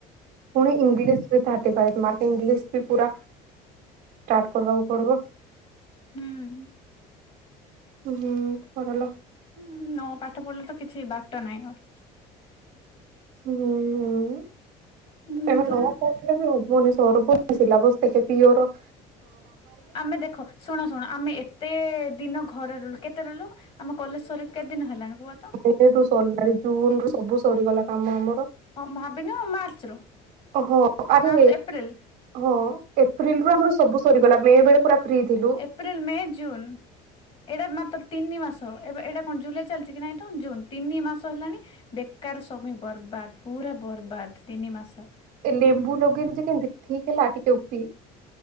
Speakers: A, on the right; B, on the left.
A: ପୁଣି ଇଂଲିଶ ବି ଥାର୍ଟି ଫାଇପ ମାର୍କ ଇଂଲିଶ ବି ପୁରା ଷ୍ଟାର୍ଟ କରିବାକୁ ପଡିବ।
B: ହୁଁ।
A: ହୁଁ ହୁଁ କରଲ।
B: ହଁ ନ ପାଠ ପଢିଲେ ତ କିଛି ବାଟ ନାହିଁ ଆଉ।
A: ହୁଁ ହୁଁ
B: ହୁଁ
A: ତମ
B: ପରା
A: ନ କହୁଥିଲେ ନି ସର ବିଲା ବସ୍ଖେ ପିୟର
B: ଆମେ ଦେଖ ଶୁଣ ଶୁଣ ଆମେ ଏତେ ଦିନ ଘରେ ରୁ କେତେ ରହିଲୁ ଆମ କଲେଜ ସର କେତେ ଦିନ ହେଲାଣି କୁହ ତ?
A: ମେ ରୁ ସରିଲାଣି ଜୁନ ରୁ ସବୁ ସରିଗଲା କାମ ଆମର।
B: ଭାବିନ ମାର୍ଚ୍ଚ ରୁ
A: ଓହୋ ଆରେ
B: ମାର୍ଚ୍ଚ ଏପ୍ରିଲ
A: ହୋ। ଏପ୍ରିଲ ରୁ ଆମର ସବୁ ସରିଗଲା ମେ ବେଳେ ପୁରା ଫ୍ରି ଥିଲୁ।
B: April, May, June. ଏଇଟା ମାତ୍ର ତିନି ମାସ ଏବେ ଏଇଟା କଣ ଜୁଲାଇ ଚାଲିଛି କି ନାଇଁ ତ ଜୁନ ତିନି ମାସ ସ ହେଲାଣି ବେକାର ସମୟ ବରବାଦ ପୁରା ବରବାଦ ତିନି ମାସ।
A: ଏ ଲେମ୍ବୁ ଲଗେଇଲୁ ଯେ କେନ୍ତି ଠିକ୍ ହେଲା ଟିକେ ଉପି?